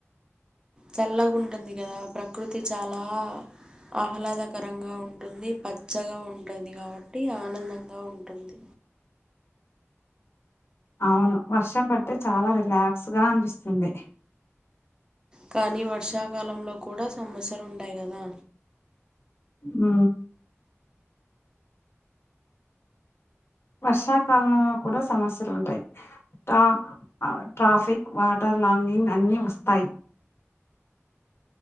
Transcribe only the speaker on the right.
చల్లగాంటుంది కదా ప్రకృతి చాలా ఆహ్లాదకరంగా ఉంటుంది పచ్చగా ఉంటుంది కాబట్టి ఆనందంగా ఉంటుంది
కానీ వర్షాకాలంలో కూడా సమస్యలు ఉంటయి కదా